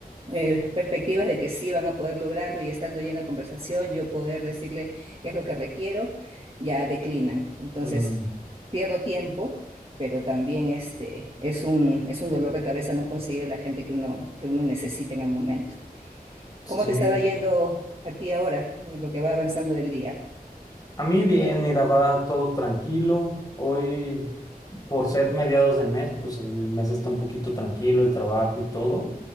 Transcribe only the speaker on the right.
eh, perspectivas de que sí van a poder lograrlo y estando ya en la conversación, yo poder decirle qué es lo que requiero, ya declinan. Entonces,
pierdo tiempo, pero también este, es un, es un dolor de cabeza no conseguir a la gente que uno, que uno necesita en el momento.
¿Cómo te estaba yendo a ti ahora, en lo que va avanzando del día?